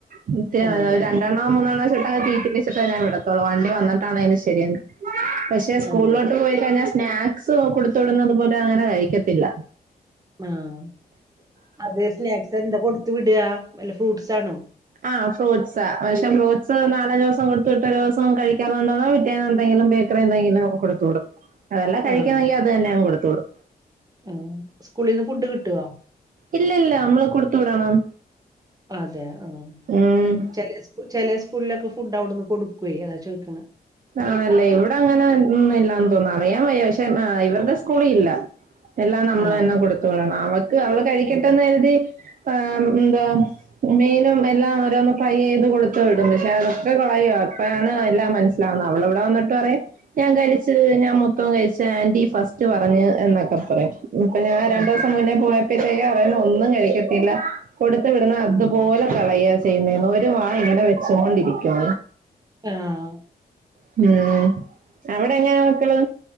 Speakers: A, on the right (about 60°); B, on the right (about 20°).
A: എന്നട്ട് <unintelligible>
B: ആഹ്
A: ര ണ്ടെണ്ണോം മൂന്നെണ്ണോം വെച്ചിട്ടങ്ങ് തീറ്റിപ്പിച്ചിട്ടാ ഞാൻ വിടത്തുള്ളൂ. വണ്ടി വന്നിട്ടാണേലും ശരിയന്നെ. പക്ഷെ സ്കൂളിലോട്ട്
B: ആഹ്
A: പോയി കഴിഞ്ഞാൽ സ്നാക്സ് കൊടുത്തുവിടുന്നതും പോലും അങ്ങനെ കഴിക്കത്തില്ല.
B: ആഹ്. അത് സ്നാക്സ് എന്താ കൊടുത്തു വിടാ. വെല്ല ഫ്രൂട്ട്സ് ആണോ?
A: ആഹ് ഫ്രൂട്സ്. താ പക്ഷെ ഫ്രൂട്സ് നാലഞ്ചു ദിവസം കൊടുത്തുവിട്ടാ ഒരു ദിവസം കഴിക്കാതെ കൊണ്ടുവന്നാ പിറ്റേെന്ന് എന്തെങ്കിലും ബേ ക്രെ എന്തെങ്കിലും കൊടുത്തു വിടും. അതല്ലാ കഴിക്കുന്നെങ്കി
B: ആഹ്
A: അത് തന്നെ അങ് കൊടുത്തു വിടും.
B: ആഹ് സ്കൂളിന്ന് ഫുഡ് കിട്ടോ?
A: ഇല്ലില്ല. നമ്മള് കൊടുത്തു വിടണം.
B: അതെ ആഹഹ്
A: ഉം
B: ചേലെ ചില സ് ചെലെ സ്കൂളിലൊക്കെ ഫുഡ് അവിടുന്ന് കൊടുക്കുവേ? അതാ ചോയ്ക്ണെ.
A: ആണല്ലേ ഇവിടെ അങ്ങനെ ഒന്നും ഇല്ലാന്ന് തോന്നുന്നു. അറിയാൻ വയ്യ. പക്ഷെ ഇവരുടെ സ്കൂളി ഇല്ല. എല്ലാം നമ്മളന്നെ
B: ആഹ്
A: കൊടുത്തു വിടണം. അവക്ക് അവള് കഴിക്കട്ടന്ന്
B: ആഹ്
A: കരുതി ആഹ് എന്തുവാ. മീനും എല്ലാം ഓരോന്ന് ഫ്രൈ ചെയ്ത് കൊടുത്തു വിടും. പക്ഷെ അതൊക്കെ കളയാ. ഇപ്പഴാണ് എല്ലാം മന സ്സിലാവുന്ന. അവള് അവിടെ വന്നട്ട് പറയും ഞാൻ കഴിച്ച് ഞാൻ മൊത്തം കഴിച്ച്. ആന്റി ഫസ്റ്റ് പറഞ്ഞ് എന്നൊക്കെ പറയും. ഇപ്പൊ ഞാൻ രണ്ടോസം
B: ഉം
A: മുന്നേ പോയപ്പോഴത്തേക് അറിയണ് ഒന്നും കഴിക്കത്തില്ല കൊടുത് വിടുന്ന അതുപോലെ
B: ഉം
A: കളയ ചെയ്യുന്നെന്ന് ഒരു വാം ഇങ്ങനെ വെച്ചുകൊണ്ടിരിക്കുവ
B: ആഹ്
A: <unintelligible> അവിടെ എങ്ങനാ മക്കള്